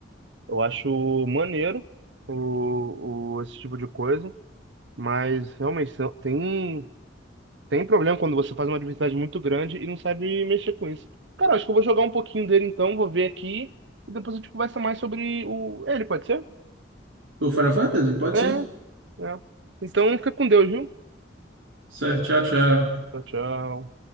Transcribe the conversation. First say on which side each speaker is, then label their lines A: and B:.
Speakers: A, on the right; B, on the right.
A: eu acho maneiro o, o, esse tipo de coisa. Mas realmente tem. Tem problema quando você faz uma diversidade muito grande e não sabe mexer com isso. Cara, acho que eu vou jogar um pouquinho dele então, vou ver aqui e depois a gente conversa mais sobre o ele, pode ser?
B: O Final Fantasy? Pode
A: É,
B: sim.
A: é. Então fica com Deus, viu?
B: Certo, tchau, tchau.
A: Tchau, tchau.